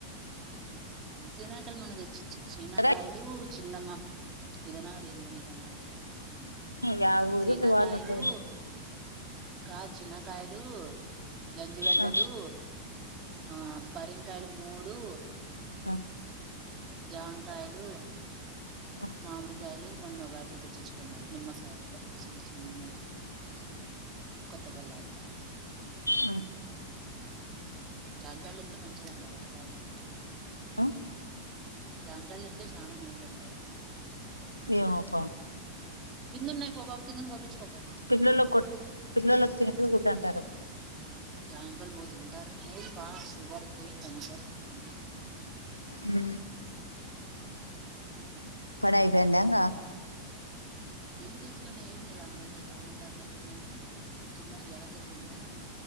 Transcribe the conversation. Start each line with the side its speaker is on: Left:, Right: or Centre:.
Right: సీనాకాయలు మన్న చ్ చ్ చ్ చీనాకాయలు
Left: కదా
Right: చిన్నమామ్ ఇదనాడ్ ఇంద ఇందనాడు
Left: యా ఊరు
Right: చీనాకాయలు
Left: మీ వాళ్ళు ఉండేది
Right: కాద్ చినకాయలు డు గెంజిగడ్డలు
Left: ఆ
Right: ఆ పరేంగ్ కాయలు మూడు
Left: ఆ
Right: జామ్ కాయలు
Left: ఆ
Right: మామిడి కాయలు మొన్న ఓగాయప్ప తెచ్చిపోయినాడు నిమ్మకాయలు పచ్చివి చిన్నవి.
Left: <inaudible>
Right: కొత్తపల్లియప్ప
Left: ఆ
Right: జామ్ కాయలు తింటే మంచిదంట కదా బాగా
Left: ఆ
Right: జామ్ కాయలు తింటే చాలా మేలుంట కదా.
Left: ఏమోపా
Right: కిందున్నాయి పో బాబు కిందను కోపించుకోపోండి
Left: పిల్లల్ల కొట్ పిలల్లోకి తినిపిగుడుదాంటారు.
Right: జామ్ కాయలు భల్ తింటారు మేల్పా షుగర్ కి కంట్రోల్ అయితుంది.
Left: ఉ
Right: <inaudible>
Left: పనాయిపోయిందా ఇంగా
Right: ఏం చేసినాను ఏం చేయ అన్నం అన్నం దాంట్లో పెట్నాను. కిందను గ్యాస్ అయిపోయిందా